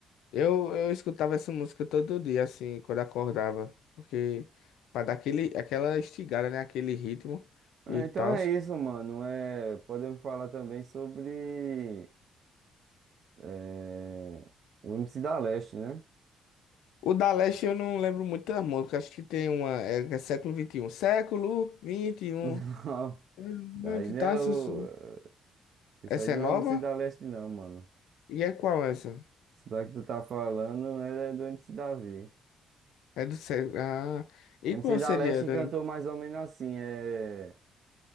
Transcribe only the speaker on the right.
Ah,
Então é isso, mano. É... Podemos falar também sobre é... o MC da Leste, né?
<laughs> Não,
daí não
é
o... Isso
aí não
é o MC da Leste, não, mano.
Isso daí que tu tá falando né, é do MC Davi.
MC
da
Leste
cantou mais ou menos assim, é...